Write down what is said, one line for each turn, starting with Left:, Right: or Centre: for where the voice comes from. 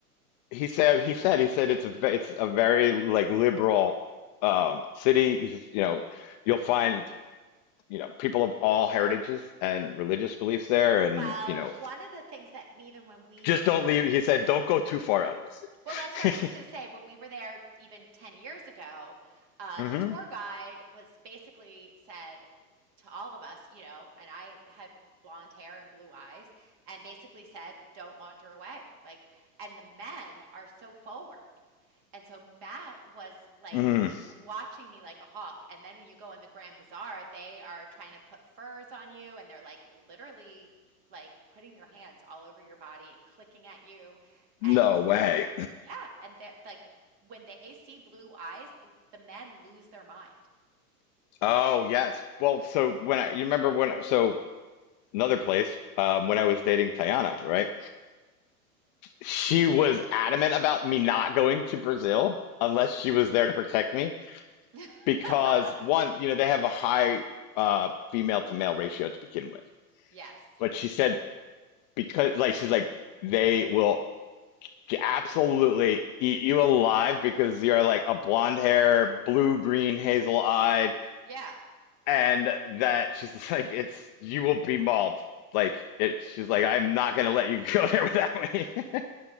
Left: he said he said he said it's a ve- it's a very like liberal um city He says, you know you'll find you know people of all heritages and religious beliefs there and
Right: Well,
Left: you know
Right: one of the things that even when we
Left: just
Right: were
Left: don't leave
Right: in
Left: he said don't go too far out of the
Right: Well, that's what I was
Left: city
Right: just going to say. When we were there even 10 years ago, uh,
Left: <laughs> hmm
Right: the tour guide was basically said to all of us, you know, and I had blonde hair and blue eyes, and basically said, don't wander away. Like, and the men are so forward. And so Matt was like,
Left: mm.
Right: Watching me like a hawk. And then when you go in the Grand Bazaar, they are trying to put furs on you and they're like literally like putting their hands all over your body and clicking at you.
Left: no
Right: And
Left: way
Right: yeah, and they're like when they see blue eyes, they, the men lose their mind.
Left: oh yes well so when I you remember when so another place um when I was dating Tayana right she was adamant about me not going to Brazil unless she was there to protect me
Right: <laughs>
Left: because one, you know, they have a high uh, female to male ratio to begin with.
Right: Yes.
Left: But she said because like she's like they will absolutely eat you alive because you're like a blonde hair, blue green, hazel eyed,
Right: Yeah,
Left: and that <laughs> she's like it's you will be mauled. Like it, she's like I'm not gonna let you <laughs> go there without me, <laughs>